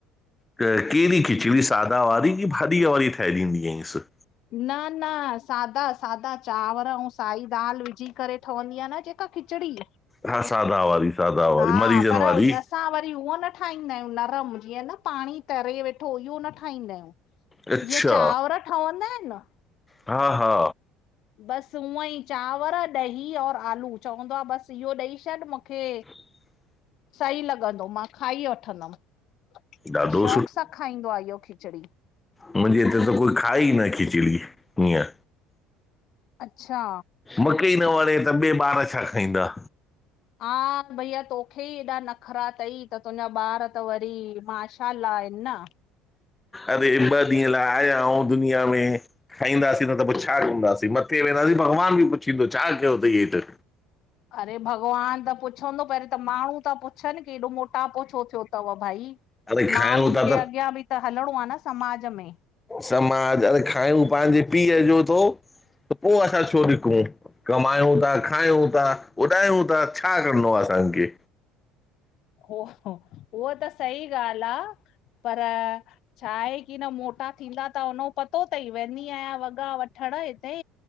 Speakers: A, on the left; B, on the left.
A: त केड़ी खिचड़ी? सादा वारी कि भाॾीअ वारी ठाहे ॾींदी आंईसि।
B: न न सादा सादा, चांवर आंउं साई दाल विझी करे ठवंदी आ न ॼेक् त खिचड़ी।
A: हा सादा वारी, सादा वारी,
B: हा
A: मरीॼनि
B: पर
A: वारी।
B: असां वरी उहा न ठाहींदा आहियूं नरम जीअं न पांणीं तरे वेठो, इहो न ठाहींदा हियूं।
A: अच्छा
B: ॼीअं चांवर ठवंदा आहिन न
A: हा हा।
B: ॿसि ऊअं ई चांवर, ॾही और आलू चवंदो आ ॿसि इहो ॾेई छॾ मुखे।
A: <inaudible>
B: सही लॻंदो, मां खाई वठंदमि, त
A: ॾाढो
B: शौक़ु सां खाईंदो आ हियो खिचड़ी।
A: मुंझे इते त कोई खाए ई न खिचड़ी हियं।
B: अच्छा
A: मुखे ही न वणें त ॿे ॿार छा खाईंदा।
B: हा भईया तोखे ई ऐॾा नखरा थई त तुंहिंजा ॿार त वरी माशा अल्ला आहिन न।
A: अरे ॿ ॾींहं लाए आयाऊूं दुनिया में। खाईंदासीं न त पो छा कंदासीं? मत्थे वेंदासीं भॻवान ॿि पुछींदो छा कयो तई हेठि?
B: अरे भॻवान त पुछंदो, पहिरियूं त माण्हूँ ता पुछनि कि एॾो मोटापो छो थियो तव भई?
A: अरे खायूं
B: माण्हुंनि
A: था
B: ॼे अॻियां ॿि त हलणों आ न समाॼ में।
A: समाज, अरे खायूं पांजे पीअ ॼो थो, त पो असां छो ॾिकूं? कमायूं था, खायूं था, उॾायूं था, छा करिणो आहे असांखें?
B: हो हो उहो त सही ॻाल्हि आ पर छा आहे कि न मोटा थींदा त वनो, पतो थई वेंदी आहियां वॻा वठणु हिते